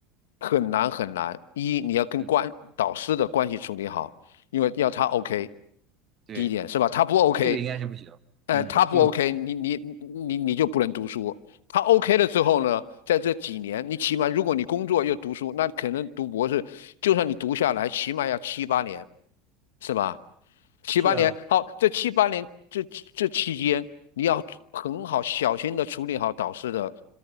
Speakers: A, on the left; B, on the right.
A: 很难很难。一你要跟关导师的关系处理好，
B: 对
A: 因为要他 OK，
B: 对，
A: 第一点是吧？他不 OK，
B: 这个应该是不行。
A: 呃，
B: 嗯，
A: 他不
B: 这个
A: OK，你你你你你就不能读书，他 OK 了之后呢，在这几年，你起码如果你工作又读书，那可能读博士，就算你读下来，起码要七八年，是吧？七八年，
B: 是啊，
A: 好，这七八年这这期间，你要很好小心的处理好导师的